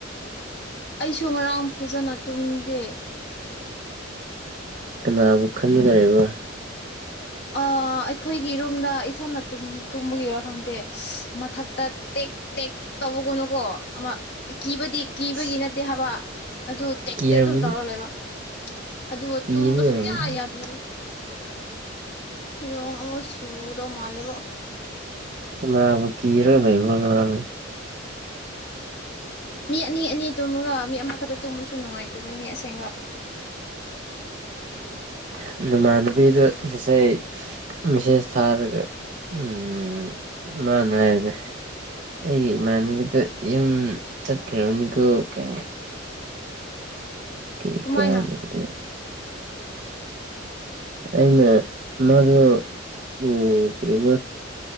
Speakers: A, on the left; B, on the right.
A: ꯑꯩꯁꯨ ꯉꯔꯥꯡ ꯐꯖꯅ ꯇꯨꯝꯗꯦ
B: ꯀꯅꯥꯕꯨ ꯈꯟꯂꯒ ꯂꯩꯕꯔꯥ
A: ꯑ ꯑꯩꯈꯣꯏꯒꯤ ꯔꯨꯝꯗ ꯏꯊꯟꯅ ꯇꯨꯝ ꯇꯨꯝꯕꯒꯤꯔ ꯈꯪꯗꯦ ꯃꯊꯛꯇ ꯇꯦꯛ ꯇꯦꯛ ꯇꯧꯕꯒꯨꯝꯅ ꯀꯣ ꯑꯃ ꯀꯤꯕꯗꯤ ꯀꯤꯕꯒꯤ
B: ꯑꯁ
A: ꯅꯠꯇꯦ ꯊꯕ ꯑꯗꯨ ꯇꯦꯛꯇꯦ
B: ꯀꯤꯔꯝꯒꯅꯤ
A: ꯑꯗꯨꯝ ꯇꯧꯔ ꯂꯩꯕ ꯑꯗꯨꯒ
B: ꯀꯤꯕ
A: ꯇꯨꯝꯕ
B: ꯑꯣꯏꯔꯝꯒꯅꯤ
A: ꯁꯨꯌꯥ ꯌꯥꯗꯕꯅꯦ ꯅꯣꯡ ꯍꯣ ꯆꯨꯒꯗꯕ ꯃꯟꯂꯦꯕꯣ
B: ꯀꯅꯕꯨ ꯀꯤꯔꯒ ꯂꯩꯕꯔ ꯅꯪ
A: ꯃꯤ ꯑꯅꯤ ꯑꯅꯤ ꯇꯨꯝꯃꯒ ꯃꯤ ꯑꯃꯈꯛꯇ ꯇꯨꯝꯕꯁꯨ ꯅꯨꯡꯉꯥꯏꯇꯕꯅꯤ ꯑꯁꯦꯡꯕ
B: <unintelligible> ꯅꯃꯥꯟꯅꯕꯤꯗꯣ ꯉꯁꯥꯏ ꯃꯦꯁꯦꯁ ꯊꯥꯔꯒ ꯎꯝ ꯃꯅꯥꯔꯦ ꯑꯩꯒꯤ ꯏꯃꯥꯅꯦꯕꯤꯗꯣ ꯌꯨꯝ ꯆꯠꯈꯔꯕꯅꯤꯀꯣ ꯀꯥꯢ ꯀꯔꯤ
A: ꯀꯃꯥꯏꯅ
B: ꯀꯟꯅꯕꯗ ꯑꯩꯅ ꯃꯥꯖꯨ ꯎꯝ ꯀꯔꯤꯔꯥ